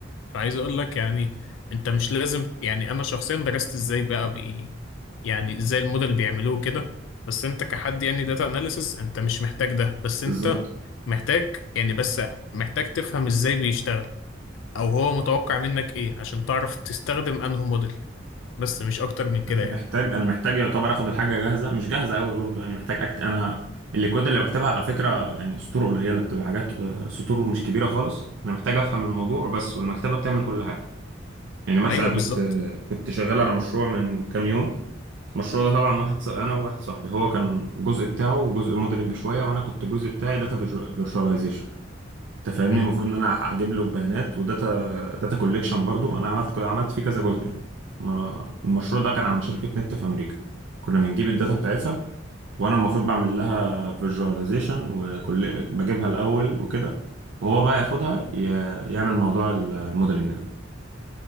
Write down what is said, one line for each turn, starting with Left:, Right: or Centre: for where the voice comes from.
Left: فعايز اقول لك يعني انت مش لازم يعني انا شخصيا درست ازاي بقى بي يعني ازاي الموديل بيعملوه كده بس انت كحد يعني داتا اناليسز انت مش محتاج ده بس انت
Right: بالظبط
Left: محتاج يعني بس محتاج تفهم ازاي بيشتغل او هو متوقع منك ايه عشان تعرف تستخدم انه موديل بس مش اكتر من كده
Right: محتاج
Left: يعني
Right: انا محتاج يعتبر اخد الحاجه جاهزه مش جاهزه قوي برضو يعني محتاج أكت... انا الليكويد اللي بكتبها على فكره يعني سطور قليله بتبقى حاجات آه، سطور مش كبيره خالص انا محتاج افهم الموضوع بس والمكتبه بتعمل كل حاجه يعني مثلا
Left: ايوه
Right: كنت
Left: بالظبط
Right: آه، كنت شغال على مشروع من كام يوم المشروع ده طبعا واحد ص... انا وواحد صاحبي هو كان الجزء بتاعه جزء موديلنج شويه وانا كنت الجزء بتاعي داتا فيرشواليزيشن انت فاهمني
Left: مم.
Right: المفروض ان انا اجيب له بيانات وداتا داتا كوليكشن برضو انا عملت عملت فيه كذا جزء يعني مرة- المشروع ده كان عن شركة نت في امريكا كنا بنجيب الداتا بتاعتها وانا المفروض بعمل لها فيجواليزيشن وكل بجيبها الاول وكده وهو بقى ياخدها ي... يعمل موضوع الموديلنج ده